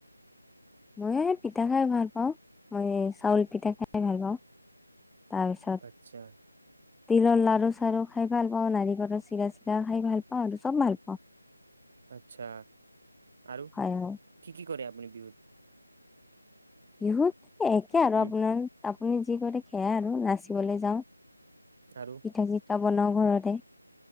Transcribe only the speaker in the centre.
মই- পিঠা খাই ভাল পাওঁ। মই চাউল পিঠা খাই ভাল পাওঁ। তাৰপিছত-
তিলৰ লাড়ু চাড়ু। খাই ভাল পাওঁ নাৰিকলৰ চিৰা চিৰা খাই ভাল পাওঁ আৰু চব ভাল পাওঁ।
হয়, হয়।
বিহুত? এ' একে আৰু
আপোনাৰ আপুনি যি কৰে সেয়াই আৰু, নাচিবলৈ যাওঁ।
<unintelligible> বনাওঁ ঘৰতে।